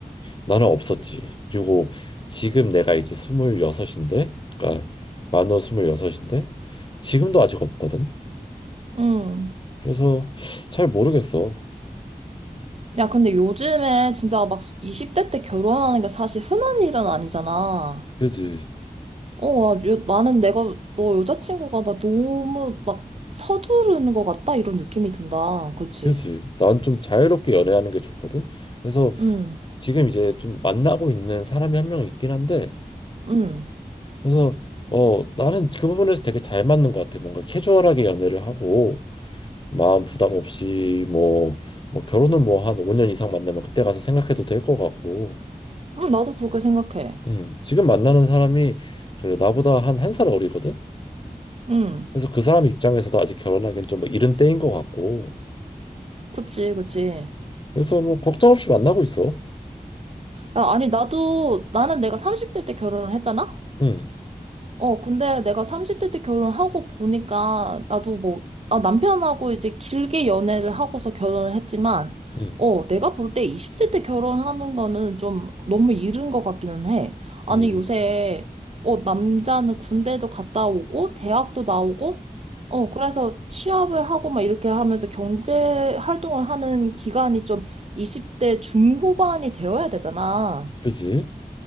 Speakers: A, on the left; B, on the right.
A: 나는 없었지 그리고 지금 내가 이제 스물여섯인데 그러니까 만으로 스물여섯인데 지금도 아직 없거든
B: 음.
A: 그래서 잘 모르겠어
B: 야, 근데 요즘에 진짜 막 20대 때 결혼하는 게 사실 흔한 일은 아니잖아.
A: 그지
B: 어, 야, 여- 나는 내가, 너 여자친구가 막 너무 막 서두르는 것 같다? 이런 느낌이 든다. 그치?
A: 그지 난 좀 자유롭게 연애하는 게 좋거든 그래서
B: 응,
A: 지금 이제 좀 만나고 있는 사람이 한 명 있긴 한데
B: 응.
A: 그래서 어 나는 그 부분에서 되게 잘 맞는 것 같아. 뭔가 캐주얼하게 연애를 하고 마음 부담 없이 뭐 뭐 결혼은 뭐 한 5년 이상 만나면 그때 가서 생각해도 될 것 같고.
B: 응, 나도 그렇게 생각해.
A: 음 지금 만나는 사람이 그 나보다 한 한 살 어리거든.
B: 응,
A: 그래서 그 사람 입장에서도 아직 결혼하기엔 좀 이른 때인 것 같고.
B: 그치, 그치.
A: 그래서 뭐 걱정 없이 만나고 있어.
B: 야, 아니, 나도, 나는 내가 30대 때 결혼을 했잖아?
A: 음,
B: 어, 근데 내가 30대 때 결혼하고 보니까 나도 뭐, 아, 남편하고 이제 길게 연애를 하고서 결혼을 했지만,
A: 음,
B: 어, 내가 볼 때 20대 때 결혼하는 거는 좀 너무 이른 것 같기는 해. 아니,
A: 음,
B: 요새, 어, 남자는 군대도 갔다 오고, 대학도 나오고, 어, 그래서 취업을 하고 막 이렇게 하면서 경제 활동을 하는 기간이 좀 20대 중후반이 되어야 되잖아.
A: 그지,